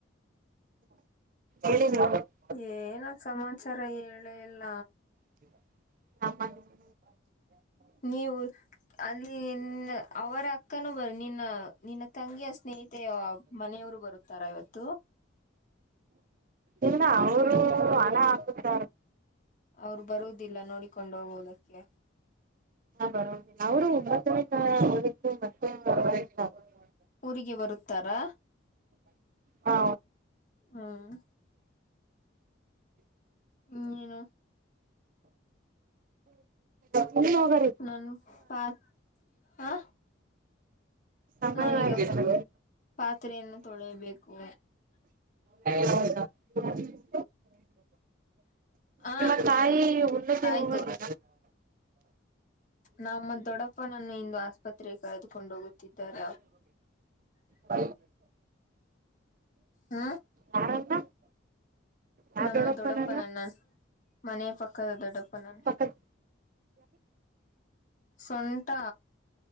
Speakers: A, on the right; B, on the left.
A: ಹೇಳ
B: ಏನ ಸಮಾಚಾರ ಹೇಳ ಎಲ್ಲ
A: ಹ <unintelligible> ಹ
B: ನೀವು ಅಲ್ಲಿ ನಿ ಅವರ <unintelligible> ಅಕ್ಕನ ಬರ ನಿನ್ನ ನಿನ್ನ ತಂಗಿಯ ಆ ಸ್ನೇಹಿತೆಯ ಮನೆಯವರು ಬರುತ್ತಾರ ಇವತ್ತು <unintelligible>
A: ಇಲ್ಲ ಅವರು ಹಣ ಹಾಕುತ್ತ
B: ಅವ್ರು ಬರುದಿಲ್ಲ ನೋಡಿಕೊಂಡು ಹೋಗೋದಕ್ಕೆ
A: ಬ ಅವರು ಒಂಬತ್ತನೇ ತ ಹಓದಿತ್ತು ಮತ್ತೆವರೆ <unintelligible>
B: ಊರಿಗೆ ಬರುತ್ತಾರಾ
A: ಹಾ
B: ಹ್ಮ್ ಹ್ಮ್ ನೀಏನು
A: ಅ ಹಗ
B: ನನ್ ಪತ್ ಹ
A: ಸಮಯವಾಗಿತ್ತು
B: ನಾನೀಗ ಪಾತ್ರೆಯನ್ನು ತೊಳಬೇಕು
A: ಹ <unintelligible> ಹ
B: ಹ
A: ನಿಮ್ಮ ತಾಯಿ ಒಳ್ಳದ
B: ಆಯ್ತು
A: ಹೋಗದು
B: ನಮ್ಮ ದೊಡ್ಡಪ್ಪನನ್ನು ಇಂದು ಆಸ್ಪತ್ರೆಗೆ ಕಳದುಕೊಂಡ ಹೋಗುತ್ತಿದ್ದಾರ
A: ಆ
B: ಹ್ಮ
A: ಯಾರನ್ನ ಯಾವ
B: ನಮ್ಮ
A: ದೊಡ್ಡಪ್ಪನನ್ನ
B: ದೊಡ್ಡಪ್ಪನ ನನ್ ಮನೆಯ ಪಕ್ಕದ ದೊಡ್ಡಪ್ಪ ನನ್
A: ಪಕ್ಕದ
B: ಸೊಟ